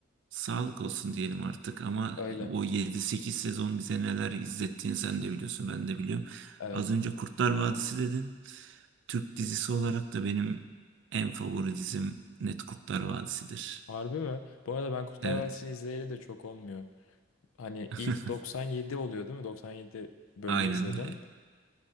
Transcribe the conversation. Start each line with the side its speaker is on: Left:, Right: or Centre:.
Right: sağlık olsun diyelim artık ama
Left: Öyle.
Right: o yedi sekiz sezon bize neler izlettiğini sen de biliyorsun ben de biliyorum.
Left: Evet.
Right: Az önce Kurtlar Vadisi dedin. Türk dizisi olarak da benim en favori dizim net Kurtlar Vadisi'dir.
Left: Harbi mi? Bu arada ben Kurtlar
Right: Evet.
Left: Vadisi'ni izleyeli de çok olmuyor. Hani
Right: <laughs>
Left: ilk 97 oluyor değil mi? 97 bölümü
Right: Aynen
Left: izledim.
Right: öyle.